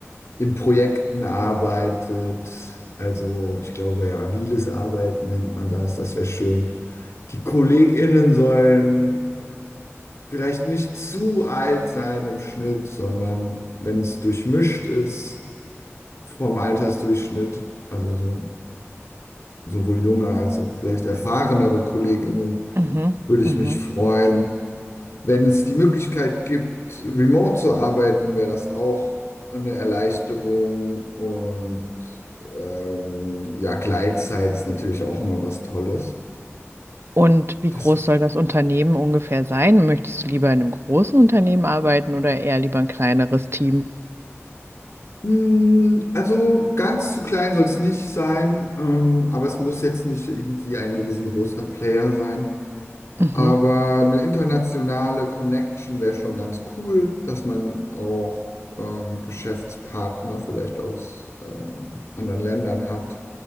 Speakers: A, on the left (about 75°); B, on the right (about 55°).
A: in Projekten arbeitet. Also ich glaube, ja, agiles Arbeiten nennt man das. Das wäre schön. Die KollegInnen sollen vielleicht nicht zu alt sein im Schnitt, sondern wenn es durchmischt ist vom Altersdurchschnitt, also so, sowohl junge als auch vielleicht erfahrenere KollegInnen,
B: mhm,
A: würde
B: mhm.
A: ich mich freuen. Wenn es die Möglichkeit gibt, remote zu arbeiten, wäre das auch eine Erleichterung und ähm, ja, Gleitzeit ist natürlich auch immer was Tolles.
B: Und wie
A: Das,
B: groß soll das Unternehmen ungefähr sein? Möchtest du lieber in einem großen Unternehmen arbeiten oder eher lieber ein kleineres Team?
A: mh, also ganz zu klein soll es nicht sein, ähm, aber es muss jetzt nicht irgendwie ein riesengroßer Player sein.
B: Mhm,
A: Aber eine internationale Connection wäre schon ganz cool, dass man auch ähm, Geschäftspartner vielleicht aus ähm, anderen Ländern hat